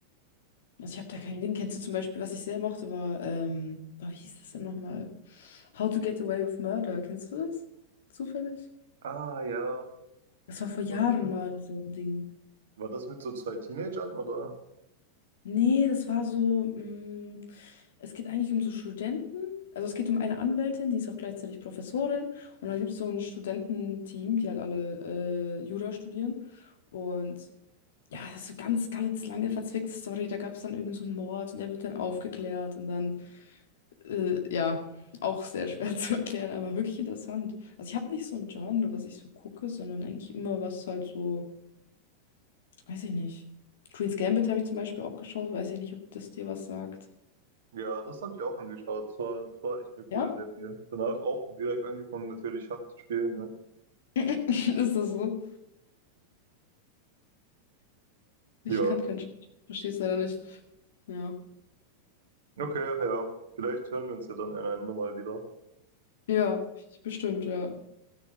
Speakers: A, on the left; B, on the right.
A: Also ich habe da keinen Ding. Kennst du zum Beispiel, was ich sehr mochte, war, ähm, boah, wie hieß das denn nochmal? How to Get Away with Murder. Kennst du das? Zufällig?
B: Ah, ja.
A: Das war vor Jahren
B: War das mit,
A: mal so ein Ding.
B: war das mit so zwei Teenagern, oder?
A: Nee, das war so. Mh, Es geht eigentlich um so Studenten. Also es geht um eine Anwältin, die ist auch gleichzeitig Professorin. Und dann gibt es so ein Studententeam, die halt alle äh, Jura studieren. Und ja, das ist so ganz, ganz lange verzwickte Story. Da gab es dann irgendwie so einen Mord und der wird dann aufgeklärt. Und dann, äh, ja, auch sehr schwer <laughs> zu erklären, aber wirklich interessant. Also ich habe nicht so ein Genre, was ich so gucke, sondern eigentlich immer was halt so, weiß ich nicht. Queen's Gambit habe ich zum Beispiel auch geschaut. Weiß ich nicht, ob das dir was sagt.
B: Ja, das habe ich auch angeschaut. Es war, es war echt eine coole
A: Ja?
B: Serie. Danach auch direkt angefangen, natürlich Schach zu spielen, ne?
A: <laughs> Ist das so? Ich
B: Ja.
A: kann kein Schwedisch. Verstehe es leider nicht. Ja.
B: Okay, ja. Vielleicht hören wir uns ja dann einander mal wieder.
A: Ja, bestimmt, ja.